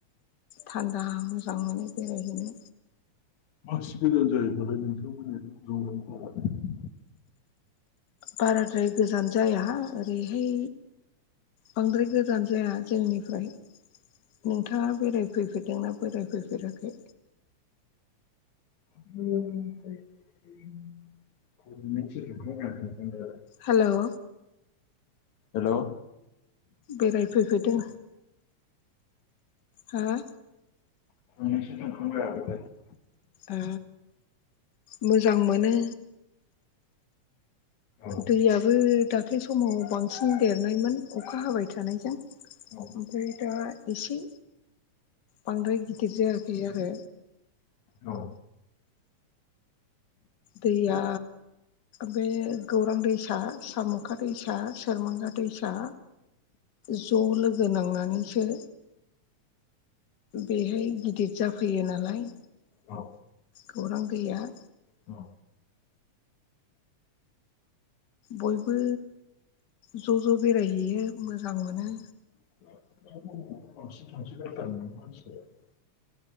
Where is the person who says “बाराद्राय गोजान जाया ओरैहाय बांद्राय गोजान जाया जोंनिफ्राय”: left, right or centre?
Left